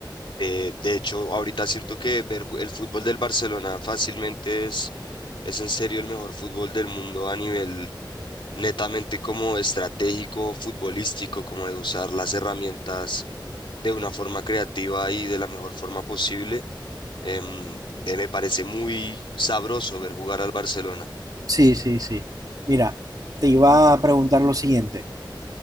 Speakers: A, on the left; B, on the right.
A: de, de hecho ahorita siento que ver ju- el fútbol del Barcelona fácilmente es, es en serio el mejor fútbol del mundo a nivel netamente como estratégico, futbolístico, como de usar las herramientas de una forma creativa y de la mejor forma posible. Em, de- me parece muy sabroso ver jugar al Barcelona.
B: Sí, sí, sí. Mira, te iba a preguntar lo siguiente.